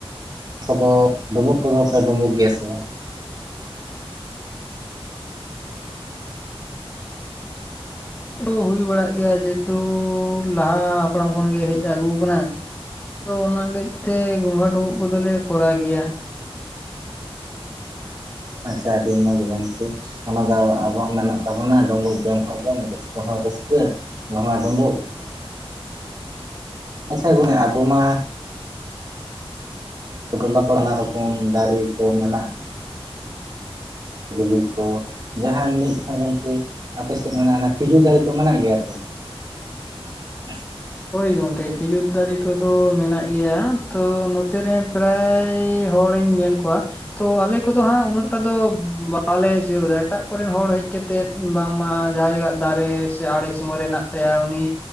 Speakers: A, on the right; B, on the left.
A: ᱟᱫᱚ ᱰᱩᱸᱵᱩᱜ ᱠᱚᱫᱚ ᱯᱮ ᱰᱩᱸᱵᱩᱜᱽ ᱜᱮᱭᱟ ᱥᱮ ᱵᱟᱝ?
B: ᱠᱚᱫᱚ ᱦᱩᱭ ᱵᱟᱲᱟᱜ ᱜᱮᱭᱟ ᱡᱮᱦᱮᱛᱩᱻ ᱞᱟᱦᱟ ᱦᱟᱯᱲᱟᱢ ᱠᱷᱚᱱᱜᱮ ᱦᱮᱡ ᱟᱹᱜᱩ ᱠᱟᱱᱟ᱾ ᱛᱚ ᱚᱱᱟ ᱜᱮᱡ ᱛᱮ ᱜᱚᱸᱜᱷᱟ ᱰᱩᱸᱵᱩᱜ ᱠᱚᱫᱚᱞᱮ ᱠᱚᱨᱟᱣ ᱜᱮᱭᱟ᱾
A: ᱟᱪᱪᱷᱟ ᱟᱹᱰᱤ ᱢᱚᱡᱽ ᱜᱚᱝᱠᱮ ᱚᱱᱟ ᱫᱚ ᱟᱵᱚᱣᱟᱜ ᱢᱮᱱᱟᱜ ᱛᱟᱵᱚᱱᱟ ᱰᱩᱸᱵᱩᱜ ᱡᱚᱢ ᱦᱚᱸ ᱡᱚᱢ ᱨᱟᱹᱥᱠᱟᱹ ᱦᱚᱸ ᱨᱟᱹᱥᱠᱟᱹ ᱜᱚᱢᱦᱟ ᱰᱩᱸᱵᱩᱜ
B: <inaudible>
A: ᱟᱪᱪᱷᱟ ᱜᱚᱢᱠᱮ ᱟᱵᱚ ᱢᱟ ᱜᱚᱞᱟ ᱯᱟᱲᱱᱟ ᱨᱚᱠᱚᱢ ᱫᱟᱨᱮ ᱠᱚ ᱢᱮᱱᱟᱜᱼᱟ ᱵᱤᱞᱤ ᱠᱚ ᱡᱟᱦᱟᱸᱧ ᱞᱟᱹᱭᱮᱫ ᱛᱟᱦᱮᱱ ᱜᱚᱝᱠᱮ ᱟᱯᱮ ᱥᱮᱫ ᱨᱮᱱᱟᱜ ᱚᱱᱟ ᱠᱷᱤᱡᱩᱨ ᱫᱟᱨᱮ ᱠᱚ ᱢᱮᱱᱟᱜ ᱜᱮᱭᱟ ᱛᱚ <inaudible>
B: ᱦᱚᱭ ᱜᱚᱝᱠᱮ ᱠᱷᱤᱡᱩᱨ ᱫᱟᱨᱮ ᱠᱚᱫᱚ ᱢᱮᱱᱟᱜ ᱜᱮᱭᱟ ᱛᱚ ᱱᱚᱛᱮ ᱨᱮ ᱯᱨᱟᱭᱻ ᱦᱚᱲ ᱤᱧ ᱧᱮᱞ ᱠᱚᱣᱟ ᱛᱚ ᱟᱞᱮ ᱠᱚᱫᱚ ᱦᱟᱸᱜ ᱩᱱᱟᱹᱜ ᱴᱟᱜ ᱫᱚ ᱵᱟᱞᱮ ᱪᱤᱠᱟᱹ ᱜᱚᱫᱟ ᱮᱴᱟᱜ ᱠᱚᱨᱮᱱ ᱦᱚᱲ ᱦᱮᱡ ᱠᱟᱛ ᱛᱮᱫ ᱵᱟᱝᱢᱟ ᱡᱟᱦᱟᱸᱭᱟᱜ ᱫᱟᱨᱮ ᱥᱮ ᱟᱲᱮ ᱥᱤᱢᱟᱹ ᱨᱮᱱᱟᱜ ᱛᱟᱭᱟ ᱩᱱᱤ